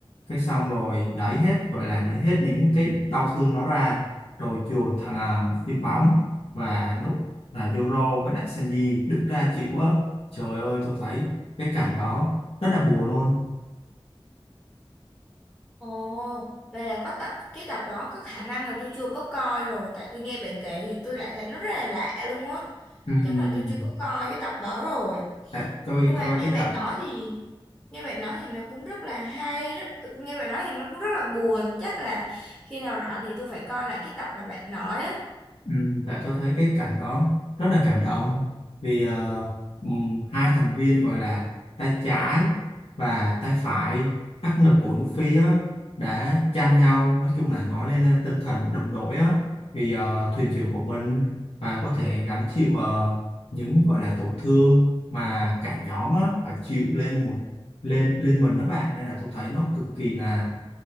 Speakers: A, on the left (about 90°); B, on the left (about 15°).
A: cái xong rồi lấy hết gọi là lấy hết những cái đau thương đó ra rồi chuồn thằng à, một viên bóng và lúc là Zoro với lại Sanji đứng ra chịu á trời ơi tôi thấy cái cảnh đó rất là buồn luôn
B: Ồ, vậy là có tập cái tập đó có khả năng là tôi chưa có coi rồi tại tôi nghe bạn kể thì tôi lại thấy rất là lạ luôn á.
A: Ừm,
B: Chắc là tôi chưa có coi cái tập đó rồi.
A: tại tôi
B: Nhưng mà
A: coi
B: nghe
A: cái
B: bạn
A: tập
B: nói thì nghe bạn nói thì nó cũng rất là hay, rất, nghe bạn nói thì nó cũng rất là buồn, chắc là khi nào rảnh thì tôi phải coi lại cái tập mà bạn nói á.
A: ừm, tại tôi thấy cái cảnh đó rất là cảm động vì ờ, ừm, hai thành viên gọi là tay trái và tay phải đắc lực của nước Phi á, đã tranh nhau nói chung là nói lên ờ, tinh thần đồng đội á vì ờ, thuyền trưởng của mình và có thể gánh chịu ờ, những gọi là tổn thương mà cả nhóm á, phải chịu lên một lên lên mình đó bạn nên là tôi thấy nó cực kỳ là